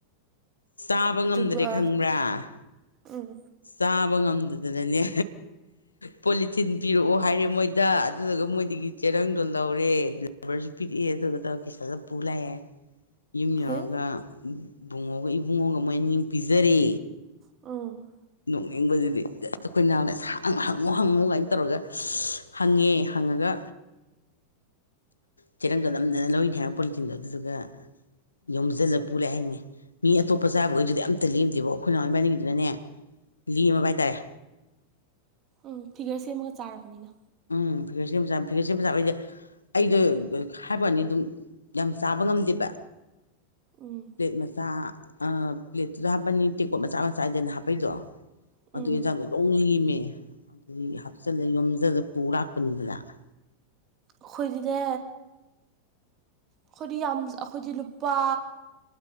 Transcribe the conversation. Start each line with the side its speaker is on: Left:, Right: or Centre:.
Left: ꯆꯥꯕ
Right: ꯑꯗꯨꯒ
Left: ꯉꯝꯗ꯭ꯔꯦ ꯈꯪꯕ꯭ꯔꯥ
Right: ꯎꯝ
Left: ꯆꯥꯕ ꯉꯝꯗꯗꯅꯅꯦ ꯄꯣꯂꯤꯊꯤꯟ ꯄꯤꯔꯛꯑꯣ ꯍꯥꯏꯔꯦ ꯃꯣꯏꯗ ꯑꯗꯨꯗꯨꯒ ꯃꯣꯏꯗꯒꯤ ꯆꯦꯔꯪꯗꯣ ꯂꯧꯔꯦ ꯔꯕꯔꯖꯨ ꯄꯤꯔꯛꯑꯦ ꯑꯗꯨꯗꯣ ꯇꯧꯔꯒ ꯀꯤꯁꯜꯂꯥ ꯄꯨꯔꯥ ꯂꯥꯛꯑꯦ ꯌꯨꯝ ꯌꯧꯔꯒ
Right: ꯍꯦ
Left: ꯕꯨꯡꯉꯣꯒ ꯏꯕꯨꯡꯉꯣꯒ ꯃꯣꯏ‌ ꯑꯅꯤ ꯑꯃꯨꯛ ꯄꯤꯖꯔꯦ
Right: ꯎꯝ
Left: ꯅꯣꯛꯅꯤꯡꯕꯖꯤꯗꯤ ꯍꯦꯛꯇ ꯑꯈꯣꯏ ꯅꯥꯎꯅ ꯑꯁ ꯍꯪꯉꯨ ꯍꯪꯉꯨ ꯀꯥꯏꯅ ꯇꯧꯔꯒ ꯍꯪꯉꯦ ꯍꯪꯉꯒ ꯆꯤꯔꯪꯗꯣ ꯅꯝꯗꯅ ꯂꯧꯋꯤꯅꯤ ꯍꯥꯏꯕ ꯄꯣꯂꯤꯊꯤꯟꯗꯣ ꯑꯗꯨꯗꯨꯒ ꯌꯣꯝꯖꯜꯂ ꯄꯨꯔꯂꯥꯛꯑꯦ ꯍꯥꯏꯅꯤꯅꯦ ꯃꯤ ꯑꯇꯣꯞꯄ ꯆꯥꯕꯒꯩꯗꯨꯗꯤ ꯑꯝꯇ ꯂꯦꯝꯗꯦꯕꯣ ꯑꯈꯣꯏ ꯅꯥꯎ ꯏꯕꯅꯤꯒꯤꯗꯨꯅꯅꯦ ꯂꯦꯝꯃꯕ ꯍꯥꯏꯇꯥꯔꯦ
Right: ꯎꯝ ꯐꯤꯒꯔ ꯁꯦꯝꯃꯒ ꯆꯥꯔꯕꯅꯤꯅ
Left: ꯎꯝ ꯐꯤꯒꯔ ꯁꯦꯝ ꯆꯥꯕꯥ ꯐꯤꯒꯔ ꯁꯦꯝꯃꯥ ꯆꯥꯕꯥ ꯍꯥꯏꯖꯦ ꯑꯩꯗꯣ ꯍꯥꯏꯕꯩꯋꯥꯅꯤ ꯑꯗꯨꯝ ꯌꯥꯝ ꯆꯥꯕ ꯉꯝꯗꯦꯕ
Right: ꯎꯝ
Left: ꯄ꯭ꯂꯦꯠ ꯃꯆꯥ ꯑ ꯄ꯭ꯂꯦꯠꯇꯨꯗ ꯍꯥꯞꯄꯅꯤ ꯇꯦꯡꯀꯣꯠ ꯃꯆꯥ ꯃꯆꯥ ꯍꯥꯏꯗꯅ ꯍꯥꯞꯄꯩꯗꯣ
Right: ꯎꯝ
Left: ꯑꯗꯨ ꯑꯦꯟꯖꯥꯡꯗꯣ ꯂꯣꯡ ꯂꯦꯝꯃꯦ ꯑꯗꯨꯒꯤ ꯍꯥꯞꯆꯤꯜꯂ ꯌꯣꯝꯖꯜꯂ ꯄꯨꯔ ꯂꯥꯛꯄꯅꯤꯗꯅ
Right: ꯑꯈꯣꯏꯗꯤꯅꯦ ꯑꯈꯣꯏꯗꯤ ꯌꯥꯝ ꯑꯈꯣꯏꯗꯤ ꯂꯨꯄꯥ